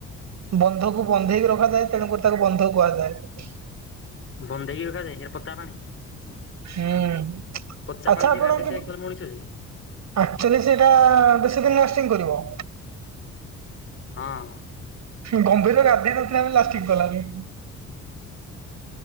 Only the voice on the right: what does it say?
ବନ୍ଧ କୁ ବନ୍ଧେଇକି ରଖାଯାଏ ତେଣୁକରି ତାକୁ ବନ୍ଧ କୁହାଯାଏ।
ହୁଁ
ଆଚ୍ଛା
ଆପଣ
କି
ଆକ୍ଚୁଆଲି ସେଇଟା ବେଶୀ ଦିନ ଲାଷ୍ଟିଂ କରିବ।
ଗମ୍ଭୀର ଗାଧେଇ ନଥିଲା ବୋଲି ଲାଷ୍ଟିଙ୍ଗ୍ କଲାନି।